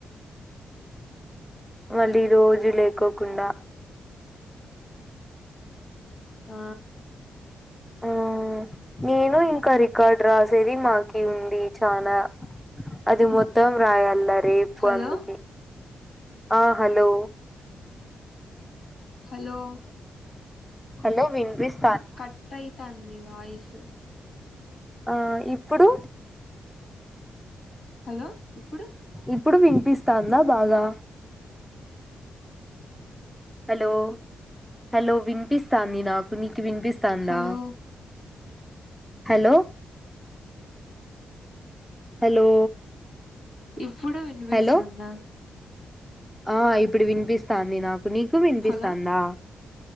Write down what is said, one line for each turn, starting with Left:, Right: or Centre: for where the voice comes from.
Centre: మళ్ళీ రోజు లేకోకుండా
Left: ఆ
Centre: ఆ నేను ఇంకా రికార్డ్ రాసేది మాకి ఉంది చానా అది మొత్తం రాయల్ల రేపు
Left: హలో
Centre: అందుక ఆ హలో
Left: హలో
Centre: హలో విస్
Left: కట్యిత అంత ని వాయిస్
Centre: ఆ ఇప్పుడు
Left: హలో ఇప్పుడు
Centre: ఇప్పుడు వినిపిస్తాందా బాగా. హలో హలో విన్ వినిపిస్తాంది నాకు. నీకు వినిపిస్తాందా.
Left: హలో
Centre: హలో హలో
Left: ఇఫ్ ఇప్పుడు వినిపిస్తాందా.
Centre: హలో ఆ ఇప్పుడు వినిపిస్తాంది నా నీకు వినిపిస్తాందా.
Left: హలో